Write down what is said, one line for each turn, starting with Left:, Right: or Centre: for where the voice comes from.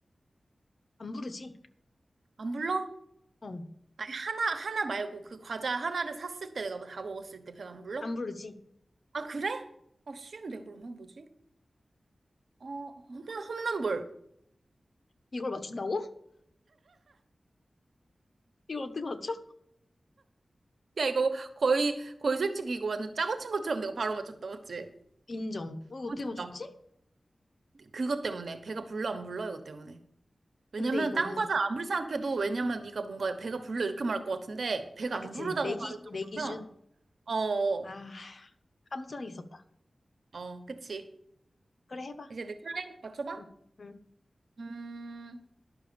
Left: 안 부르지?
Right: 안 불러?
Left: 어,
Right: 아니 하나 하나 말고 그 과자 하나를 샀을 때 내가 다 먹었을 때 배가 안 불러?
Left: 안 부르지.
Right: 아 그래? 아 쉬운데 그러면 뭐지? 어 홈런 홈런볼.
Left: 이걸 맞춘다고? 이걸 어떻게 맞춰?
Right: 야 이거 거의 거의 솔직히 이거 완전 짜고 친 것처럼 내가 바로 맞췄다 맞지?
Left: 인정. 어, 이거
Right: 너무
Left: 어떻게 맞췄지?
Right: 다 그것 때문에 배가 불러 안 불러 이것 때문에. 왜냐면
Left: 근데 이거는,
Right: 딴 과자 아무리 생각해도 왜냐면 네가 뭔가 배가 불러 이렇게 말할 것 같은데 배가
Left: 아,
Right: 안
Left: 그치.
Right: 부르다고
Left: 내 기,
Right: 할 정도면
Left: 내 기준.
Right: 어, 어,
Left: 아, 감정이 있었다.
Right: 어, 그치.
Left: 그래, 해봐.
Right: 이제 내 차례 맞춰봐.
Left: 응, 응.
Right: 음,